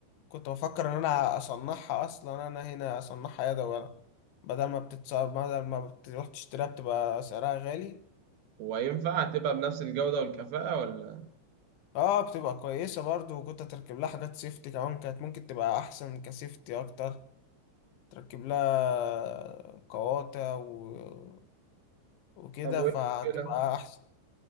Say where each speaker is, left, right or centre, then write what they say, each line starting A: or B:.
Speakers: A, on the left (about 80°); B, on the right (about 70°).
A: كنت بفكر ان انا اصنعها اصلا انا هنا اصنعها يدوي انا بدل ما بتتصاب بدل ما بتروح تشتريها بتبقى سعرها غالي
B: وينفع تبقى بنفس الجودة والكفاءة ولا
A: اه بتبقى كويسة برضو وكنت تركب لها حاجات سيفتي كمان كانت ممكن تبقى احسن كسيفتي اكتر تركب لها قواطع و... وكده
B: طب وايه
A: فهتبقى
B: المشكلة
A: احسن